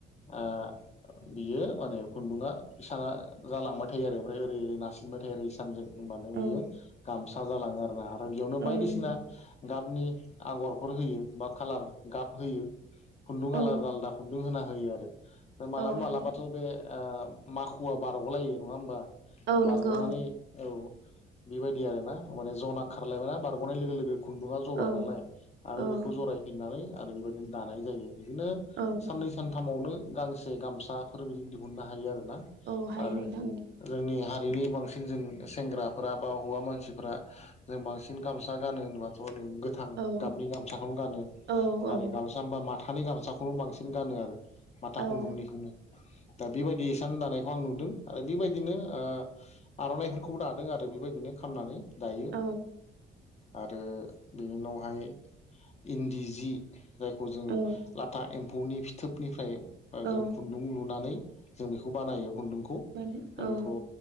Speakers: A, on the left; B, on the right.
A: ओ बियो माने खुन्दुङा इसाना जालांबाय था <unintelligible> ओफ्राय ओरै नासिनबाय थायो सानजों माने
B: औ
A: बेयो गामसा जालाङो आरो ना बेयावनो बायदिसिना
B: औ नंगौ
A: गाबनि आगरफोर होयो बा कालार गाब होयो खुन्दुं
B: औ
A: आलादा आलादा खुन्दुं होना होयो आरो मालाबा
B: औ नंगौ
A: मालाबाथ' बे ओ माखुवा बारग'लायो नङा होमबा
B: औ
A: बारग'नानै
B: नंगौ
A: औ बेबायदि आरो ना माने जना खारलायबाय ना बारग'नाय लोगो लोगो खुन्दुङा जबाय
B: औ
A: नालाय आरो
B: औ
A: बेखौ जरायफिननानै आरो बेबायदिनो दानाय जायो। बिदिनो
B: औ
A: साननै सानथामावनो गांसे गामसाफोर बिदि दिहुननो हायो आरो ना
B: औ हायो
A: आरो
B: नोंथां
A: जोंनि हारिनि बांसिन जों सेंग्राफोरा बा हौवा मानसिफोरा जों बांसिन गामसा गानो <unintelligible> गोथां
B: औ
A: गाबनि गामसाखौनो गानो
B: औ
A: आरो
B: औ
A: गामसा होनबा मा माथानि गामसाखौनो बांसिन गानो आरो माथा खुन्दुंनिखौनो
B: औ
A: दा बेबायदिसान दानायखौ आं नुदों आरो बेबायद बिदिनो ओ आर'नाइफोरखौबो दादों आरो बेबायदिनो खालामनानै दायो।
B: औ
A: आरो बेनि उनावहाय इन्दि जि जायखौ जोंङो
B: औ
A: लाथा एम्फौनि फिथोबनिफ्राय
B: औ
A: जों खुन्दुं लुनानै जों बेखौ बानायो खुन्दुंखौ
B: मानो
A: दा
B: औ
A: बेखौ